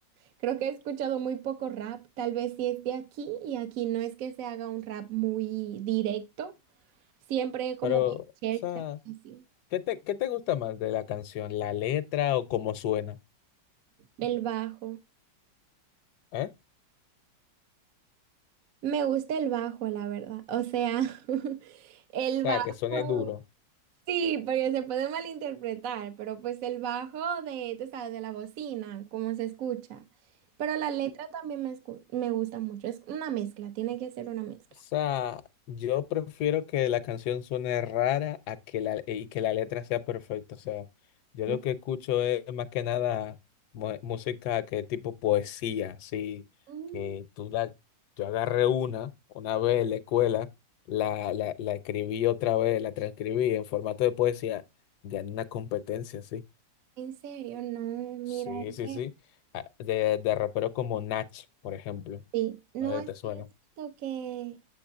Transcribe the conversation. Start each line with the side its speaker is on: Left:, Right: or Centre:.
Right: Creo que he escuchado muy poco rap, tal vez si es de aquí y aquí no es que se haga un rap muy directo, siempre como
Left: Pero, o
Right: chercha,
Left: sea,
Right: así.
Left: ¿qué te, qué te gusta más de la canción? ¿La letra o cómo suena?
Right: El bajo.
Left: ¿Eh? O
Right: Me gusta el bajo, la verdad. O sea, <laughs> el
Left: sea,
Right: bajo.
Left: que suene duro.
Right: Sí, porque se puede malinterpretar, pero pues el bajo de, tú sabes, de la bocina, cómo se escucha. Pero la letra también me, escu- me gusta mucho, es una mezcla, tiene que ser una mezcla.
Left: O sea, yo prefiero que la canción suene rara a que la, y que la letra sea perfecta. O sea, yo
Right: No,
Left: lo que escucho es más que nada mu- música que tipo poesía, así
Right: mm,
Left: que tú la, yo agarré una, una vez en la escuela, la, la, la escribí otra vez, la transcribí en formato de poesía, gané una competencia, sí.
Right: en serio, no, mira,
Left: Sí,
Right: es
Left: sí,
Right: que...
Left: sí. Ah, De, de raperos como Nach, por ejemplo.
Right: Sí, no
Left: No sé si
Right: es
Left: te suena.
Right: que yo siento que,